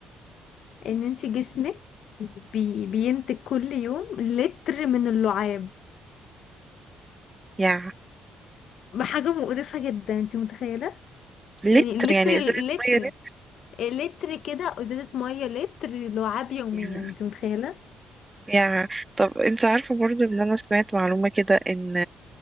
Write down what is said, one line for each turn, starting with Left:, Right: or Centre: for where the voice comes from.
Left: ان انت جسمك بي بينتج كل يوم لتر من اللعاب
Right: يا
Left: حاجة مقرفة جدا انت متخيلة
Right: لتر
Left: يعني لتر
Right: يعني ازازه
Left: لتر
Right: ميه لتر
Left: لتر كده ازازة مية لتر لعاب يوميا
Right: يا
Left: انت متخيلة
Right: يا طب انت عارفه برضو ان انا سمعت معلومه كده ان